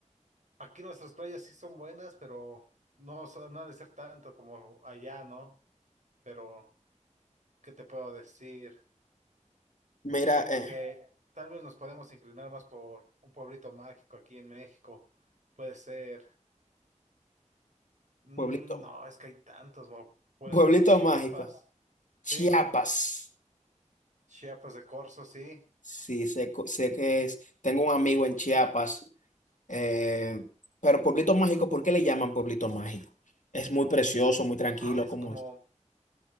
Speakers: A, on the right (about 70°); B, on the left (about 80°).
A: Aquí nuestras playas sí son buenas, pero no, son- no ha de ser tanto como allá, ¿no? Pero, ¿qué te puedo decir?
B: mira,
A: Siento
B: eh,
A: que tal vez nos podemos inclinar más por un pueblito mágico aquí en México. Puede ser, mm,
B: pueblito,
A: no, es que hay tantos, Bob. Puede
B: pueblito
A: ser Chiapas,
B: mágico,
A: sí,
B: Chiapas.
A: Chiapas de Corzo, sí.
B: Sí, sé, cu- sé que es, tengo un amigo en Chiapas, eh, pero pueblito mágico, ¿por qué le llaman pueblito mágico? Es muy precioso, muy tranquilo,
A: Ah, es
B: ¿cómo
A: como,
B: es?